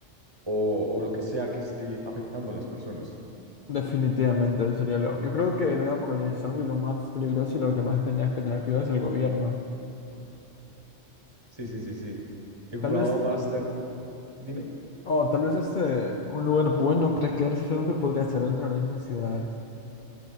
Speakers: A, on the right (about 25°); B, on the left (about 50°).
A: o, o lo que sea que esté afectando a las personas.
B: Definitivamente sería lo. Yo creo que en una apocalipsis zombie lo más peligroso y lo que más tenías que tener cuidado es el gobierno.
A: Sí, sí, sí, sí. He jugado
B: Tal vez.
A: bastante. Dime.
B: Oh, tal vez este. Un lugar bueno para quedarse donde podría ser dentro de la misma ciudad.